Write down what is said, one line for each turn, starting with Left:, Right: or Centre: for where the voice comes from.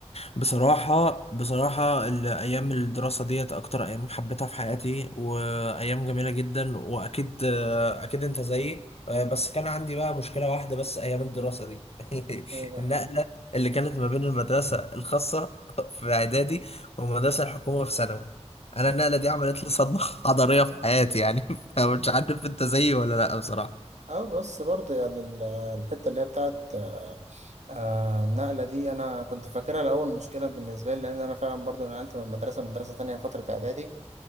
Left: بصراحة بصراحة الأيام الدراسة ديت أكتر أيام حبيتها في حياتي وأيام جميلة جدا وأكيد أكيد أنت زيي آه، بس كان عندي بقى مشكلة واحدة بس أيام الدراسة دي <laughs>
Right: إيه بقى
Left: النقلة اللي كانت ما بين المدرسة الخاصة في إعدادي والمدرسة الحكومة في ثانوي أنا النقلة دي عملت لي صدمة <laughs> حضارية في حياتي يعني <laughs> فمش عارف أنت زيي ولا لأ بصراحة
Right: اه بس برضه يعني ال- الحتة اللي هي بتاعت آه، آه، النقلة دي أنا كنت فاكرها الأول مشكلة بالنسبة لي لأن أنا فعلا برضه نقلت من مدرسة لمدرسة تانية فترة إعدادي